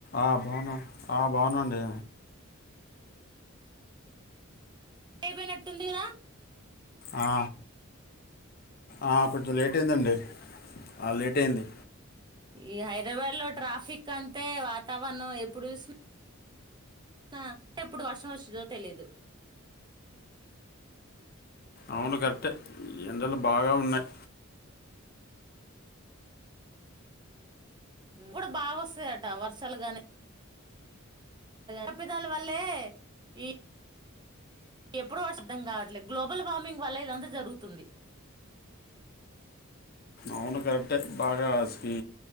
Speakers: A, on the left; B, on the right.
A: ఆ బాగును ఆ బాగునండి,
B: అయిపోయినట్టుంది, కదా
A: ఆ ఆ కొంచెం లేట్ అయిందండి లేట్ అయింది.
B: ఈ హైదరాబాద్ లో ట్రాఫిక్ అంతే వాతావరణం ఎప్పుడు చూసిన, సిన ఎప్పుడు వర్షం వస్తుందో తెలీదు,
A: అవును కరెక్టే ఎండలు బాగా ఉన్నాయి
B: ఇప్పుడు బాగా వస్తాయట వర్షాలు గాని తప్పిదాల వల్లే ఈ ఎప్పుడూ వర్ష అర్థం కావట్లేదు గ్లోబల్ వార్మింగ్ వల్ల ఇదంతా జరుగుతుంది
A: అవును కరెక్టే బాగా ఈ